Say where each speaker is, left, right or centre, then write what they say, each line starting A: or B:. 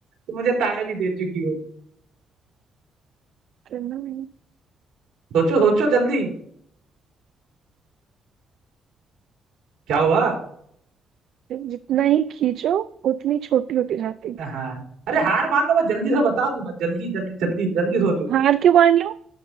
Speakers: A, on the right; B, on the right.
A: तुम मुझे ताने भी दे चुकी हो
B: करना नहीं
A: सोचो सोचो जल्दी क्या हुआ
B: फिर जितना ही खींचो उतनी छोटी होती जाती
A: हाँ अरे हार मान लो मैं जल्दी से बता दूंगा जल्दी जल्दी जल्दी जल्दी सोचो
B: हार क्यों मान लो